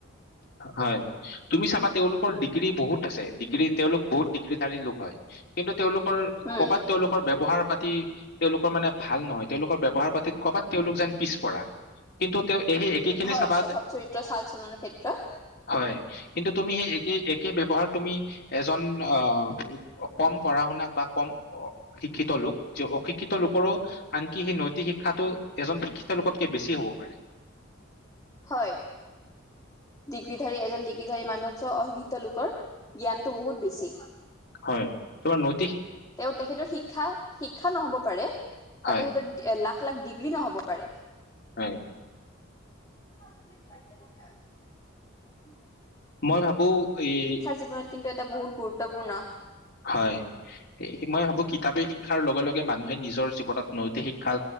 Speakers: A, on the left (about 55°); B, on the left (about 15°).
A: হয় তুমি চাবা তেওঁলোকৰ ডিগ্ৰী বহুত আছে ডিগ্ৰী তেওঁলোক বহুত ডিগ্ৰী থাৰী লোক হয় কিন্তু তেওঁলোকৰ
B: উম।
A: কৰ'বাত তেওঁওলোকৰ ব্ৱহাৰ পাতি তেওঁওলোকৰ মানে ভাল নহয় হয় তেওঁলোকৰ ব্যৱহাৰ পাতি কৰবাত তেওঁওলোক যেন পিছপৰা কিন্তু তেওঁ এই একে খিনি
B: হয়
A: চাব
B: স্বভাৱ চৰিত্ৰ চাল চলনৰ ক্ষেত্ৰত।
A: হয় কিন্তু তুমি সেই একে একে ব্য্ৱহাৰ তুমি এজন অ কম পঢ়া শুনাক বা কম শিক্ষিত লোক য অশিক্ষিত লোকৰো আনকি সেই নৈতিক শিক্ষাটো এজন শিক্ষিত লোকতকে বেছি হ'ব পাৰে
B: হয় ডিগ্ৰীধাৰী এজন ডিগ্ৰীধাৰী মানুহত চ অশিক্ষিত লোকৰ জ্ঞানতটো বহুত বেছি
A: হয় তোমাৰ ন
B: তেওঁ তেখেতৰ শিক্ষা শিক্ষা নহ'ব পাৰে
A: হয়
B: বা তেখেতৰ লাভ লাক ডিগ্ৰী নহ'ব পাৰে
A: হয়
B: উ প উম
A: মই ভাবো এই
B: জীৱনত কিন্তু এটা বহু গুৰুত্বপূৰ্ণ
A: হয় মই ভাবো কিতাপে শিক্ষাৰ লগে লগে মানুহে নিজৰ জীৱনত নৈতিক শিক্ষা